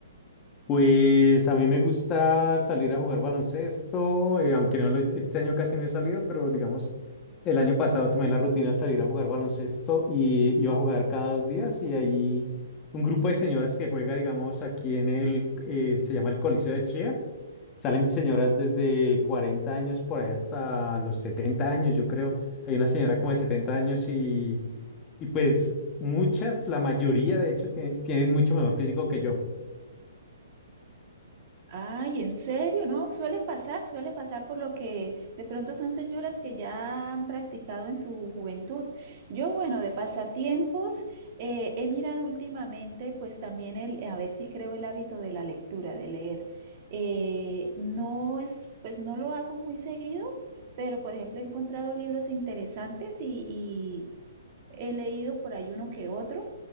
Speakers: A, on the left (about 20°); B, on the right (about 40°).
A: Pues a mí me gusta salir a jugar baloncesto, eh, aunque no lo he- este año casi no he salido, pero digamos, el año pasado tomé la rutina de salir a jugar baloncesto y iba a jugar cada dos días y hay un grupo de señoras que juega, digamos, aquí en el, eh, se llama el Coliseo de Chía. Salen señoras desde 40 años por ahí hasta los 70 años, yo creo. Hay una señora como de 70 años y, y pues muchas, la mayoría de hecho, tiene- tienen mucho mejor físico que yo.
B: Ay, ¿en serio? No, suele pasar, suele pasar por lo que de pronto son señoras que ya han practicado en su juventud. Yo, bueno, de pasatiempos, eh, he mirado últimamente, pues también el, a ver si creo el hábito de la lectura, de leer. Eh, no es, pues no lo hago muy seguido, pero por ejemplo he encontrado libros interesantes y, he leído por ahí uno que otro